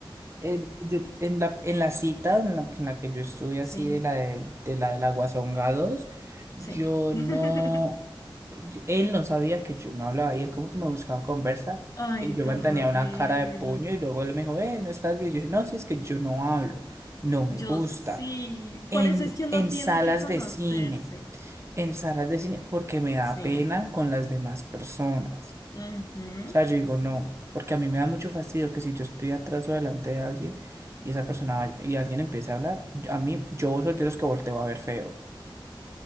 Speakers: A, on the right; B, on the left.
A: Eh, yo- en la, en la cita en la, que en la que yo estuve así
B: Sí,
A: de la del- de, la del Aguasonga 2, yo
B: sí. <laughs>
A: no, y- él no sabía que yo no hablaba y él como que me buscaba conversa
B: Ay,
A: y yo
B: tan
A: mantenía
B: horrible.
A: una cara de puño y luego él me dijo, eh, no estás bien. Yo dije, no, si es que yo no hablo, no
B: Yo
A: me gusta.
B: sí,
A: En,
B: por eso es que uno
A: en
B: tiene
A: salas
B: que conocerse,
A: de cine, en salas de cine, porque me da
B: sí.
A: pena con las demás personas.
B: ujú.
A: O sea, yo digo, no, porque a mí me da mucho fastidio que si yo estoy atrás o delante de alguien y esa persona va- y alguien empiece a hablar, yo- a mí, yo soy de los que volteo a ver feo.